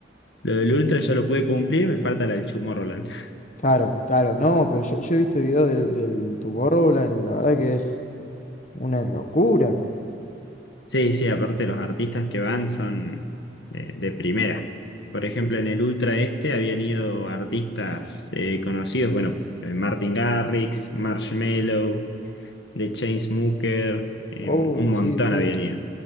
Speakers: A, on the left; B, on the left.
A: Lo del ultra ya lo pude cumplir, me falta la del Tomorrowland. <laughs>
B: Claro, claro, no, pero yo, yo he visto videos del, del Tomorrowland y la verdad que es una locura.
A: Sí, sí, aparte los artistas que van son eh, de, primera. Por ejemplo,
B: Te-
A: en el Ultra este habían ido artistas eh, conocidos, bueno, eh, Martin Garrix, Marshmello, de Chainsmokers, em,
B: Oh,
A: un montón
B: sí, sí.
A: habían ido.